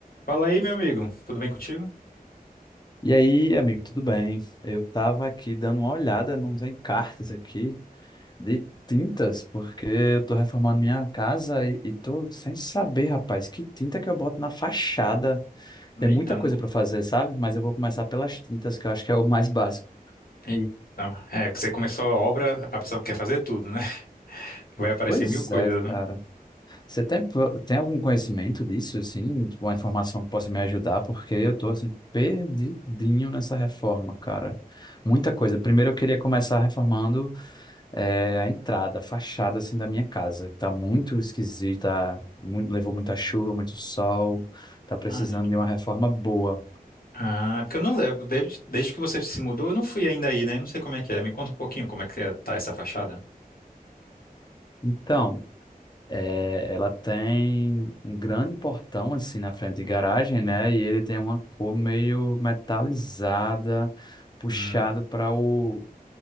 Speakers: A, on the left (about 70°); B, on the left (about 25°).
A: Fala aí, meu amigo. Tudo bem contigo?
B: E aí, amigo, tudo bem? Eu tava aqui dando uma olhada nos encartes aqui de tintas, porque eu tô reformando minha casa e, e tô sem saber, rapaz, que tinta que eu boto na fachada. Tem muita
A: Eita,
B: coisa pra fazer, sabe? Mas eu vou começar pelas tintas, que eu acho que é o mais básico.
A: eita. É, que você começou a obra, a pessoa quer fazer tudo, né? <laughs> Vai aparecer
B: Pois
A: mil coisas,
B: é,
A: né?
B: cara. Você tem, tem algum conhecimento disso, assim? Tipo, Uma informação que possa me ajudar? Porque eu tô, assim, perdidinho nessa reforma, cara. Muita coisa. Primeiro eu queria começar reformando. É a entrada, a fachada assim da minha casa. Tá muito esquisita, muito- levou muita chuva, muito sol, tá precisando
A: Ah, é.
B: de uma reforma boa.
A: Ah, porque eu não levo. Desde, desde que você se mudou, eu não fui ainda aí, né? Não sei como é que é. Me conta um pouquinho como é que é- tá essa fachada.
B: Então, é, ela tem um grande portão assim na frente de garagem, né? E ele tem uma cor meio metalizada, puxado
A: Hum,
B: para o,